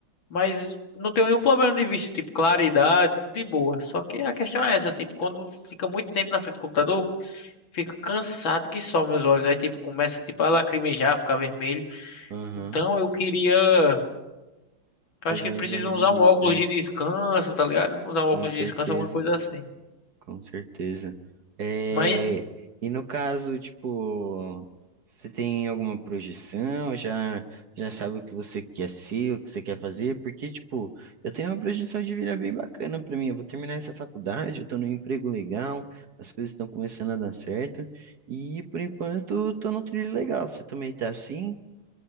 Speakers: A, on the left; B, on the right.
A: Mas não tenho nenhum problema de vista, tipo, claridade, de boa. Só que a questão é essa, tipo, quando fica muito tempo na frente do computador, fica cansado que só meus olhos, aí, tipo, começa, tipo, a lacrimejar, ficar vermelho.
B: aham,
A: Então, eu queria, acho
B: fazer
A: que
B: um
A: precisam
B: exame de
A: usar
B: vista,
A: um óculos
B: né?
A: de descanso, tá ligado? Usar um óculos
B: Com certeza.
A: de descanso, alguma coisa assim.
B: Com certeza. É,
A: Mas
B: e no caso, tipo, você tem alguma projeção? Já, já sabe o que você quer ser, o que você quer fazer? Porque, tipo, eu tenho uma projeção de vida bem bacana pra mim. Eu vou terminar essa faculdade, eu tô num emprego legal, as coisas estão começando a dar certo. E, por enquanto, eu tô num trilho legal. Você também tá assim?